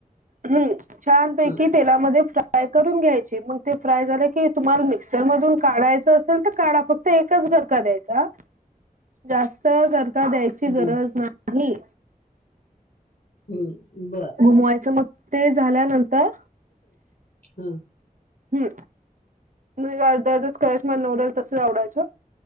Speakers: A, on the right; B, on the left.
A: हम्म, छानपैकी
B: ह
A: तेलामध्ये फ्राय. फ्राय करून घ्यायचं. मग ते फ्राय झालं की तुम्हाला मिक्सरमधून काढायचं असेल तर काढा, फक्त. फक्त तर एकच घर का द्यायचा? जास्त खरकर द्यायची
B: हम्म
A: गरज नाही.
B: हम्म बरं.
A: मोयच मग ते झाल्यानंतर
B: हम्म.
A: हम्म, दरदिवशी करायचं मला, नोडल तसं आवडायचं.